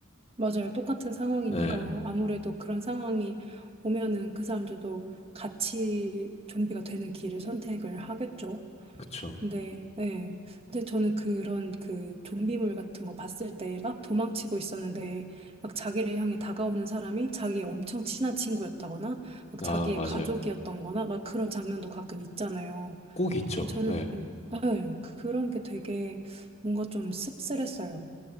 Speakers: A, on the right; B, on the left.
A: 맞아요. 똑같은 상황이니까
B: 네,
A: 아무래도 그런 상황이 오면은 그 사람들도 같이 좀비가 되는 길을 선택을 하겠죠.
B: 그쵸.
A: 네, 네. 근데 저는 그런 그 좀비물 같은 거 봤을 때 막 도망치고 있었는데 막 자기를 향해 다가오는 사람이 자기의 엄청 친한 친구였다거나 막
B: 아,
A: 자기의
B: 맞아요.
A: 가족이었던 거나 막 그런 장면도 가끔 있잖아요.
B: 꼭 있죠.
A: 근데 저는
B: 네.
A: 네, 그, 그런 게 되게 뭔가 좀 씁쓸했어요.